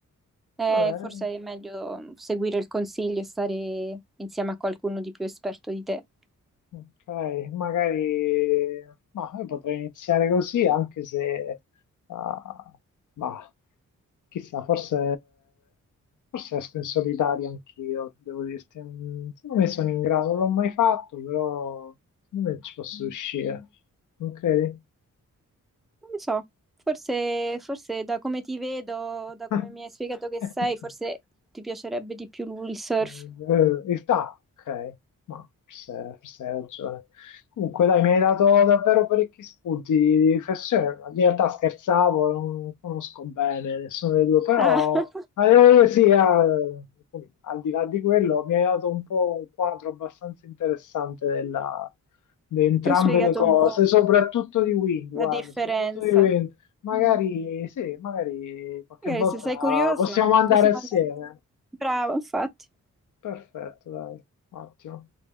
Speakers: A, in the centre; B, on the left (about 65°).
A: eh,
B: Eh,
A: forse è meglio seguire il consiglio e stare insieme a qualcuno di più esperto di te.
B: ok, magari ma io potrei iniziare così, anche se ah, bah, chissà, forse, forse esco in solitaria anch'io, devo dirti. Mm, Secondo me sono in grado, non l'ho mai fatto, però secondo me ci posso riuscire. Non credi?
A: Non lo so, forse, forse da come ti vedo, da
B: <laughs>
A: come mi hai spiegato che sei, forse ti piacerebbe di più lui il surf.
B: Eh, in realtà, ok, ma forse, forse hai ragione. Comunque, dai, mi hai dato davvero parecchi spunti di riflessione. In realtà scherzavo, non conosco bene nessuno dei due, però
A: Ah, <laughs>
B: eh, sì, eh, al di là di quello, mi hai dato un po' un quadro abbastanza interessante della- di entrambe
A: ti ho spiegato
B: le cose,
A: un po'
B: soprattutto di Wind, guarda,
A: la differenza.
B: soprattutto di Wind. Magari
A: Mm.
B: sì, magari qualche
A: Magari
B: volta
A: se sei curioso,
B: possiamo andare
A: possiamo
B: assieme.
A: andare. Bravo, infatti.
B: Perfetto, dai, ottimo.